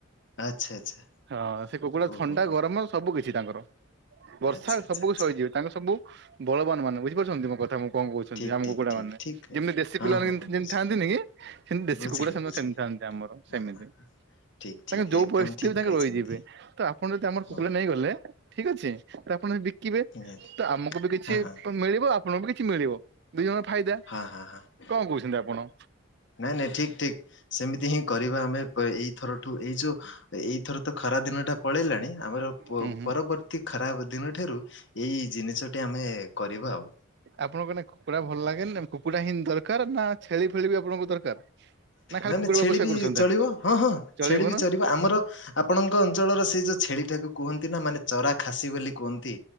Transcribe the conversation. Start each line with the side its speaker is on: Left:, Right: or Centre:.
Left: ଆଚ୍ଛା ଆଚ୍ଛା
Right: ହଁ ସେ କୁକୁଡ଼ା
Left: ଓହୋ
Right: ଥଣ୍ଡା
Left: ହୋ
Right: ଗରମ ସବୁ କିଛି ତାଙ୍କର ବର୍ଷା
Left: ଆଚ୍ଛା ଆଚ୍ଛା
Right: ସବୁକ
Left: ଆଚ୍ଛା
Right: ସହିଯିବେ। ତାଙ୍କ ସବୁ ବଳବାନ ମାନେ ବୁଝିପାରୁଛନ୍ତି ମୋ କଥା ମୁଁ କଣ କହୁଛନ୍ତି
Left: ଠିକ୍
Right: ଆମ
Left: ଠିକ୍
Right: କୁକୁଡା
Left: ଠିକ୍
Right: ମାନେ
Left: ଠିକ୍ କହିଲେ।
Right: ଯେମିତି ଦେଶୀ
Left: ହଁ
Right: ପିଲାମାନେ
Left: ହଁ ହଁ
Right: କେତି ଯେମିତି
Left: ବୁଝିଲି
Right: ଥାନ୍ତିନିକି ସେମିତି ଦେଶୀ
Left: ବୁଝିଲି
Right: କୁକୁଡ଼ା ସେତି
Left: ବୁଝିଲି
Right: ସେମିତି ଥାନ୍ତି ଆମର
Left: ହଁ
Right: ସେମିତି।
Left: ହଁ ଠିକ୍ ଠିକ୍
Right: ତାଙ୍କେ ଯୋଉ
Left: ଏକଦମ
Right: ପରିସ୍ଥିତିରେ
Left: ଠିକ୍
Right: ତାଙ୍କେ
Left: କହିଛନ୍ତି।
Right: ରହିଯିବେ ତ ଆପଣ ଯଦି ଆମର
Left: ହଁ
Right: କୁକୁଲା
Left: ହଁ
Right: ନେଇ ଗଲେ ଠିକ ଅଛି ଆପଣ ଯଦ ବିକିବେ
Left: ନିହାତି
Right: ତ ଆମକୁ ବି କିଛି
Left: ହଁ ହଁ
Right: ପ ମିଳିବ ଆପଣଙ୍କୁ <unintelligible> ମିଳିବ ଦିଇ ଜଣ ଫାଇଦା।
Left: ହାଁ ହାଁ ହାଁ।
Right: କଣ କହୁଚନ୍ତି ଆପଣ।
Left: ନାଇଁ ନାଇଁ ଠିକ୍ ଠିକ୍ ସେମିତି ହିଁ କରିବା ଆମେ ଏଇଥରଠୁ ଏଇ ଯୋଉ ଏଇଥର ତ ଖରା ଦିନ ଟା ପଳେଇଲାଣି ଆମର
Right: ହୁଁ ହୁଁ।
Left: ପରବର୍ତ୍ତୀ ଖରାପ ଦିନ ଠାରୁ ଏଇ ଜିନିଷଟି ଆମେ କରିବା ଆଉ।
Right: ଆପଣଙ୍କ ନା କୁକୁଡ଼ା ଭଲ ଲାଗେନି କୁକୁଡ଼ା ହିଁ ଦରକାର ନା ଛେଳି ଫେଳି ବି ଆପଣଙ୍କୁ ଦରକାର ନା ଖାଲି
Left: ନାଇଁ
Right: କୁକୁଡ଼ା
Left: ନାଇଁ ଛେଳି
Right: ବ୍ୟବସାୟ
Left: ବି
Right: କରୁଛନ୍ତି
Left: ଚଳିବ ହଁ ହଁ
Right: ଚଳିବ
Left: ଛେଳି ବି
Right: ନା
Left: ଚରିବ ଆମର ଆପଣଙ୍କ ଅଞ୍ଚଳର ସେଇ ଯୋଉ ଛେଳିଟାକୁ କୁହନ୍ତି ନା ମାନେ ଚରା ଖାସି ବୋଲି କୁହନ୍ତି